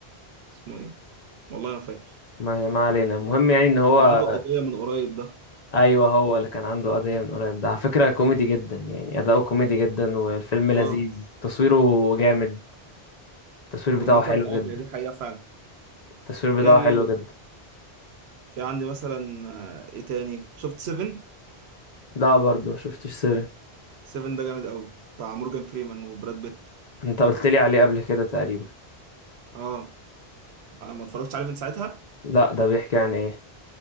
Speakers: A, on the right (about 75°); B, on the left (about 45°).
A: اسمه ايه والله ما فاكر
B: ما, ما علينا المهم يعني ان هو
A: اللي كان عنده قضية من قريب ده
B: ايوه هو اللي كان عنده قضيه من قريب ده على فكره كوميدي جدا يعني اداؤه كوميدي جدا والفيلم
A: اه
B: لذيذ تصويره جامد التصوير بتاعه
A: عامة
B: حلو
A: اه
B: جدا
A: هي دي حقيقة فعلا
B: التصوير
A: في
B: بتاعه حلو جدا
A: في عندي مثلا آه، ايه تاني شفت 7
B: لا برضه ما شفتش سيفن
A: 7 ده جامد قوي بتاع مورجان فريمان وبراد بيت
B: انت قلت لي عليه قبل كده تقريبا
A: اه آه، ما اتفرجتش عليه من ساعتها
B: لا ده بيحكي عن ايه